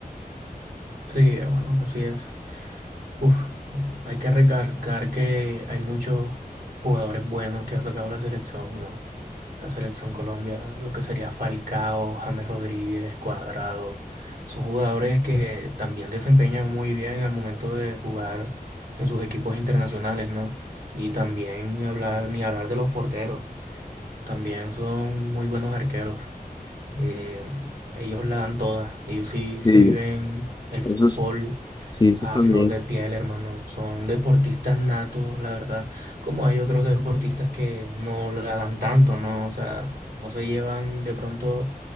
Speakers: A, on the right; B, on the left.
A: Sí, hermano, así es. Uf, hay que recalcar que hay muchos jugadores buenos que ha sacado la selección, ¿no? La selección Colombia, lo que sería Falcao, James Rodríguez, Cuadrado, son jugadores que también desempeñan muy bien al momento de jugar en sus equipos internacionales, ¿no? Y también hablar, ni hablar de los porteros, también son muy buenos arqueros. Eh, ellos la dan todas, ellos sí se
B: Sí,
A: viven el fútbol
B: eso es, sí, eso
A: a
B: también.
A: flor de piel, hermano. Son deportistas natos, la verdad. Como hay otros deportistas que no la dan tanto, ¿no? O sea, no se llevan de pronto